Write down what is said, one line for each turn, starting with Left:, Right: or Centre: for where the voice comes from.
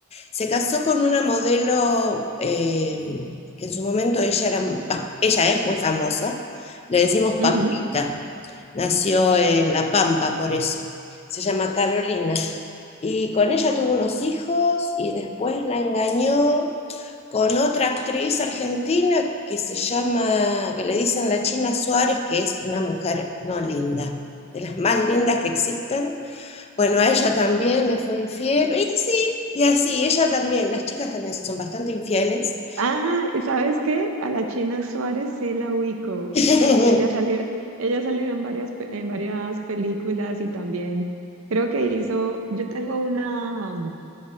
Left: se casó con una modelo eh, que en su momento ella, era, bah, ella es muy famosa, le decimos
Right: Ujú.
Left: Pampita. Nació en La Pampa, por eso. Se llama Carolina. Y con ella tuvo unos hijos y después la engañó con otra actriz argentina que se llama, que le dicen la China Suárez, que es una mujer no linda, de las más lindas que existen. Bueno, a ella también le fue infiel. Y así y así, ella también, las chicas también son bastante infieles.
Right: Ah, ¿y sabes qué? A la China Suárez sí la ubico.
Left: <laughs>
Right: Ella salió, ella ha salido en varias, pe- en varias películas y también creo que hizo, yo tengo una, un